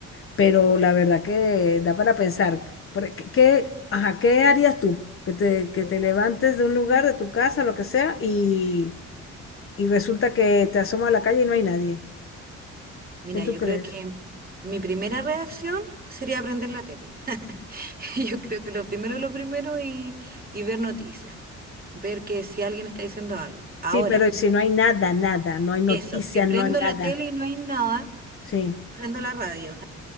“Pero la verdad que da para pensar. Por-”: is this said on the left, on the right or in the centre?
Left